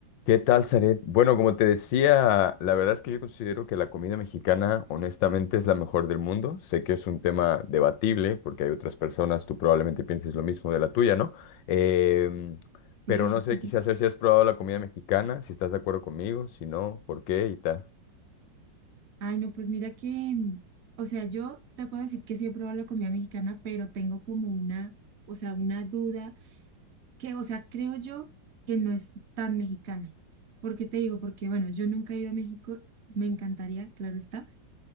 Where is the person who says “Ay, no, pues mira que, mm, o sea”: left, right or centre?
Right